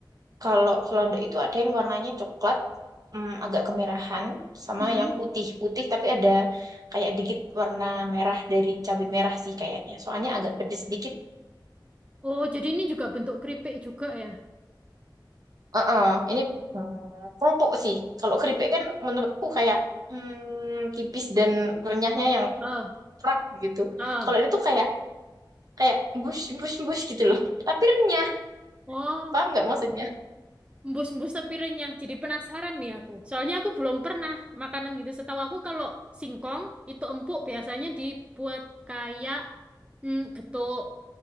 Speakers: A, on the right; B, on the right.
A: Kalau selondok itu ada yang warnanya coklat, mm, agak kemerahan, sama
B: Mm-mm.
A: yang putih-putih tapi ada kayak dikit warna merah dari cabai merah sih kayaknya. Soalnya agak pedes dikit.
B: Oh, jadi ini juga bentuk keripik juga ya?
A: Heeh, ini mm, keropok sih. Kalau keripik kan menurutku kayak mm, tipis dan renyahnya yang
B: Oh,
A: kerak gitu.
B: oh.
A: Kalau ini tuh kayak kayak bus bus bus gitu loh. Tapi renyah,
B: Oh,
A: paham nggak maksudnya?
B: embus-embus tapi renyah. Jadi penasaran nih aku. Soalnya aku belum pernah makanan gitu. Setahu aku kalau singkong itu empuk biasanya dibuat kayak mm, getuk,